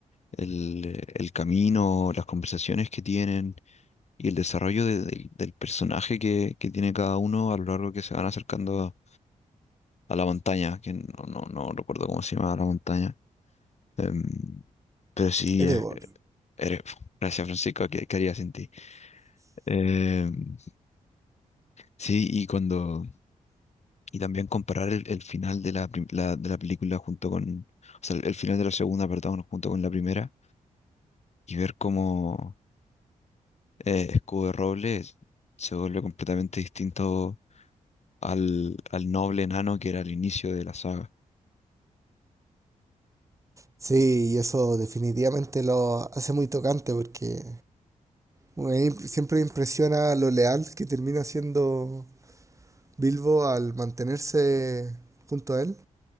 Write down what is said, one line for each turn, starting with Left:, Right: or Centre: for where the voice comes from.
Left: el, eh, el camino, las conversaciones que tienen y el desarrollo de- del del personaje que, que tiene cada uno a lo largo que se van acercando a a la montaña, que no, no, no recuerdo cómo se llama la montaña. Em, pero sí,
Right: Erebor.
Left: eh, eres- gracias Francisco, ¿qué, qué haría sin ti? Em, Sí, y cuando, y también comparar el, el final de la, prim- la- de la película junto con, o sea, el final de la segunda, perdón, junto con la primera, y ver cómo eh, Escudo de Roble se vuelve completamente distinto al, al noble enano que era al inicio de la saga.
Right: Sí, y eso definitivamente lo hace muy tocante porque me imp- siempre me impresiona lo leal que termina siendo Bilbo al mantenerse junto a él.